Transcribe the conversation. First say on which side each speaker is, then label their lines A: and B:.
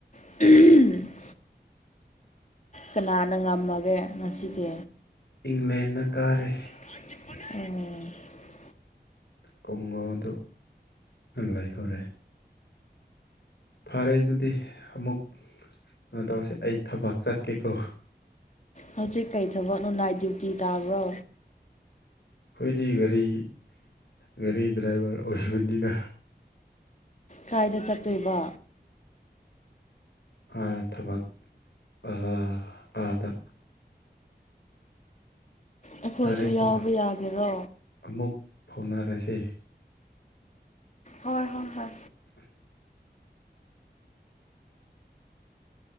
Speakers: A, on the left (about 40°); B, on the left (about 75°).
A: <unintelligible> ꯀꯅꯥꯅ ꯉꯝꯃꯒꯦ ꯉꯁꯤꯗꯤ
B: ꯏꯪꯂꯦꯟꯅ ꯀꯥꯔꯦ
A: <unintelligible>
B: ꯀꯣꯡꯉꯥꯗ ꯂꯩꯐꯥꯔꯦ ꯐꯔꯦ ꯑꯗꯨꯗꯤ ꯑꯃꯨꯛ ꯀꯩꯅꯣ ꯇꯧꯔꯁꯦ ꯑꯩ ꯊꯕꯛ ꯆꯠꯀꯦꯀꯣ
A: ꯍꯧꯖꯤꯛ ꯀꯩ ꯊꯕꯛꯅꯣ ꯅꯥꯏꯠ ꯗ꯭ꯌꯨꯇꯤ ꯇꯥꯕ꯭ꯔꯣ
B: ꯑꯣꯏꯗꯤ ꯒꯥꯔꯤ ꯒꯥꯔꯤ ꯗ꯭ꯔꯥꯏꯚꯔ ꯑꯣꯏꯕꯅꯤꯅ
A: ꯀꯥꯏꯗ ꯆꯠꯇꯣꯏꯕ
B: ꯑꯥ ꯊꯕꯛ ꯑꯥ ꯑꯥꯗ
A: ꯑꯩꯈꯣꯏꯁꯨ
B: ꯐꯔꯦꯀꯣ
A: ꯌꯥꯎꯕ ꯌꯥꯒꯦꯔꯣ
B: ꯑꯃꯨꯛ ꯐꯥꯎꯅꯔꯁꯦ
A: ꯍꯣꯏ ꯍꯣꯏ ꯍꯣꯏ
B: <inaudible>